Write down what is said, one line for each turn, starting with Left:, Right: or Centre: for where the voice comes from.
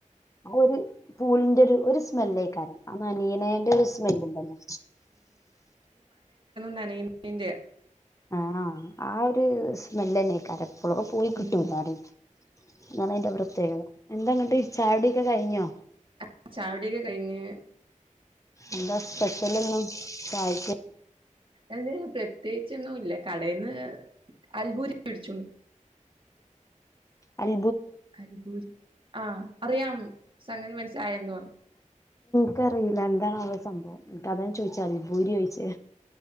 Left: ഒരു പൂളിന്റെ ഒരു ഒരു സ്മെല്ലായി കാരണം ആ നനയാണേന്റെ ഒരു സ്മെല്ല് ഉണ്ടല്ലോ
Right: നനയണേന്റെയാ
Left: ആഹ് ആ ഒരു സ്മെല്ല്ന്നെ കരം എപ്പോള പോയി കിട്ടൂല്ല
Right: ഉം
Left: അത് അതാണ് അതിന്റെ പ്രത്യേകത എന്താങ്ങട്ട് ചായുടിയൊക്കെ കഴിഞ്ഞോ
Right: ആ ചായുടിയൊക്കെ കഴിഞ്ഞു
Left: എന്താ സ്പെഷ്യല് ഇന്ന് ചായ്ക്ക
Right: എന്തേല് പ്രത്യേകിച്ചൊന്നും ഇല്ല കടേന്ന് അൽഭൂരി മേടിച്ചു
Left: അൽ
Right: അൽഭൂരി ആഹ് അറിയാം സംഗതി മനസി ചായെന്തോന്ന്
Left: നക്കറിയില്ല എന്താണാവോ സംഭവം ഇക്ക് അതാ ഞാൻ ചോദിച്ചേ അൽഭൂരി കഴിച്ചേ